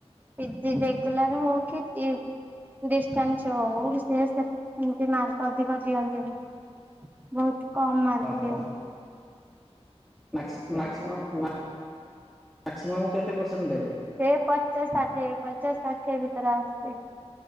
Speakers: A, on the right (about 15°); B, in the centre.
A: ପିଜି ରେଗୁଲର ହଉ କି ଡିଷ୍ଟାନ୍ସ ହଉ ସେମିତି ମାର୍କ ଅଧିକ ଦିଅନ୍ତିନି। ବହୁତ କମ୍ ମାର୍କ
B: ଓହୋ
A: ଦିଅ।
B: ମାକ୍ସିମମ୍ ମାକ୍ସିମମ୍ କେତେ ପରସେଣ୍ଟ ଦେବେ?
A: ସେ ପଚାଶ ଷାଠିଏ ପଚାଶ ଷାଠିଏ ଭିତରେ ଆସଛି।